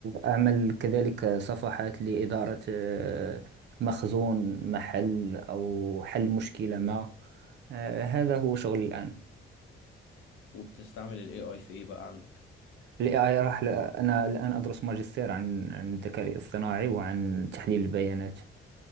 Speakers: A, on the right (about 60°); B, on the left (about 80°).
A: أعمل كذلك صفحات لإدارة آه، مخزون محل أو حل مشكلة ما آه، هذا هو شغلي الآن
B: وبتستعمل ال AI في إيه بقى عندك
A: ال AI راح ل- أنا الآن أدرس ماجستير عن عن الذكاء الاصطناعي وعن تحليل البيانات